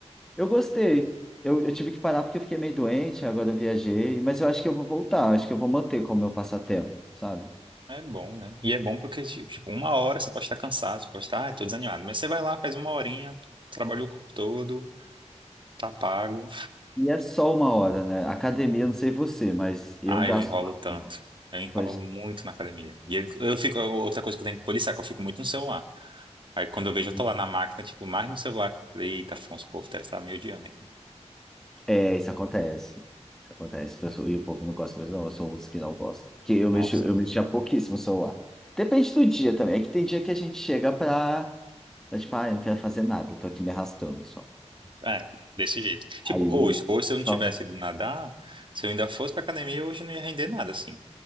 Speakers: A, in the centre; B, on the right.
A: Eu gostei. Eu, eu tive que parar porque eu fiquei meio doente, agora eu viajei, mas eu acho que eu vou voltar, eu acho que eu vou manter como meu passatempo, sabe?
B: É bom, né? E é bom porque, tipo, tipo, uma hora você pode estar cansado, você pode estar, ah, tô desanimado. Mas você vai lá, faz uma horinha, trabalhou o corpo todo, tá pago.
A: E é só uma hora, né? Academia, não sei você, mas eu
B: Ah,
A: gasto
B: eu enrolo
A: mais
B: tanto.
A: uma hora.
B: Eu enrolo
A: Pois
B: muito na academia. E eu, eu fico, outra coisa que eu tenho que policiar, que eu fico muito no celular. Aí quando eu vejo, eu tô
A: é.
B: lá na máquina, tipo, mais no celular. Eita, Afonso, o povo deve estar me odiando aqui.
A: É, isso acontece. Isso acontece. Pessoa- E o povo não gosta mesmo, não. Eu sou um dos que não gosta. Porque eu
B: Nossa.
A: mexo, eu mexia pouquíssimo no celular. Depende do dia também. É que tem dia que a gente chega pra. pra, Tipo, ah, eu não quero fazer nada, eu tô aqui me arrastando só.
B: É, desse jeito. Tipo,
A: Aí.
B: hoje, hoje se eu não
A: calma.
B: tivesse ido nadar, se eu ainda fosse pra academia, hoje eu não ia render nada, assim.